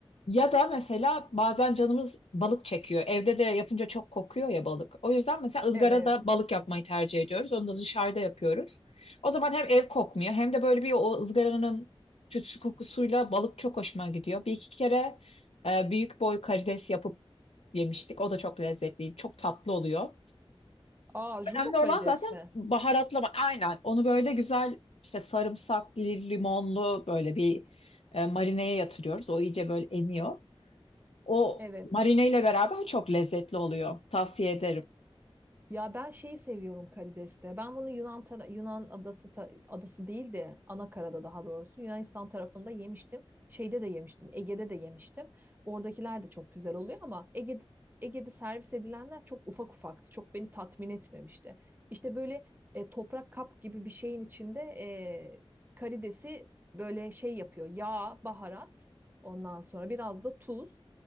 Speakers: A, on the left; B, on the right.
A: ya da mesela bazen canımız balık çekiyor. Evde de yapınca çok kokuyor ya balık. O yüzden mesela ızgarada
B: Evet.
A: balık yapmayı tercih ediyoruz. Onu da dışarıda yapıyoruz. O zaman hem ev kokmuyor hem de böyle bir o ızgaranın tütsü kokusuyla balık çok hoşuma gidiyor. Bir iki kere e, büyük boy karides yapıp yemiştik. O da çok lezzetli, çok tatlı oluyor.
B: Aa, jumbo
A: Önemli
B: karides
A: olan zaten
B: mi?
A: baharatlama. Aynen. Onu böyle güzel işte sarımsaklı, limonlu böyle bir e, marineye yatırıyoruz. O iyice böyle emiyor. O
B: Evet.
A: marineyle beraber çok lezzetli oluyor. Tavsiye ederim.
B: Ya ben şeyi seviyorum karideste. Ben bunu Yunan tara- Yunan adası ta- adası değil de Anakara'da daha doğrusu Yunanistan tarafında yemiştim. Şeyde de yemiştim. Ege'de de yemiştim. Oradakiler de çok güzel oluyor ama Ege'de Ege'de servis edilenler çok ufak ufaktı. Çok beni tatmin etmemişti. İşte böyle e, toprak kap gibi bir şeyin içinde e, karidesi böyle şey yapıyor. Yağ, baharat, ondan sonra biraz da tuz.